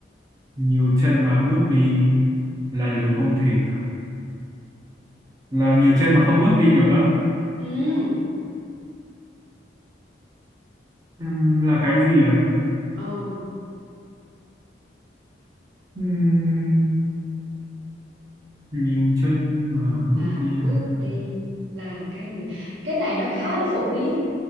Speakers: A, on the right; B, on the right.
A: nhiều chân mà bước đi là điều không thể à? Là nhiều chân mà không bước đi được á?
B: ừ
A: Ừm, là cái gì à?
B: ừ
A: Ừm, nhiều chân mà bước
B: mà
A: đi
B: bước
A: là cái-
B: đi là cái gì cái này nó khá là phổ biến